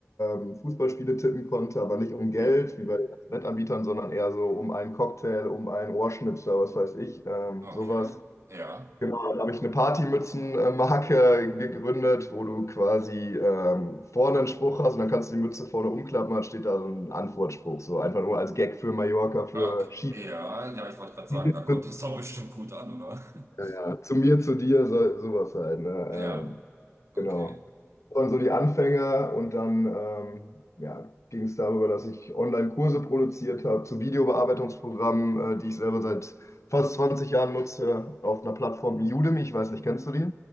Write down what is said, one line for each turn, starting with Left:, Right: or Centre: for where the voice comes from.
Left: ähm, Fußballspiele tippen konnte, aber nicht um Geld,
Right: hm,
Left: wie bei den Wettanbietern, sondern eher so um einen Cocktail, um einen Ohrschnipser, was weiß ich, ähm,
Right: okay,
Left: sowas.
Right: ja,
Left: Genau, da habe ich eine Partymützenmarke gegründet, wo du quasi ähm, vorne einen Spruch hast und dann kannst du die Mütze vorne umklappen, dann steht da so ein Antwortspruch, so einfach nur als Gag für Mallorca, für
Right: okay,
Left: Ski.
Right: ja, ja, ich wollte gerade sagen,
Left: <laughs>
Right: da kommt das doch bestimmt gut an, oder?
Left: Ja,
Right: <laughs>
Left: ja. Zu mir, zu dir, so, sowas halt, ne? Ähm,
Right: Ja, okay.
Left: genau waren so die Anfänge und dann ähm, ja, ging es darüber, dass ich Online-Kurse produziert habe zu Videobearbeitungsprogrammen, äh, die ich selber seit fast 20 Jahren nutze, auf einer Plattform wie Udemy. Ich weiß nicht, kennst du die?